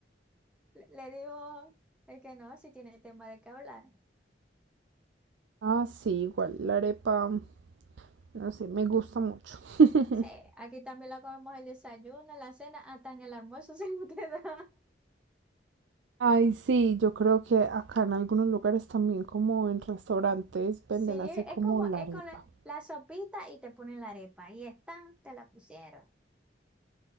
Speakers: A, in the centre; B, on the right.
A: Le, le digo, es que no, si tiene tema de qué hablar.
B: Ah, sí, igual la arepa, no sé, me gusta mucho. <laughs>
A: Sí, aquí también la comemos el desayuno, la cena, hasta en el almuerzo <laughs> se nos queda.
B: Ay, sí, yo creo que acá en algunos lugares también, como en restaurantes,
A: Sí,
B: venden así como
A: es como,
B: la
A: es
B: arepa.
A: con la, la sopita y te ponen la arepa. Ahí está, te la pusieron.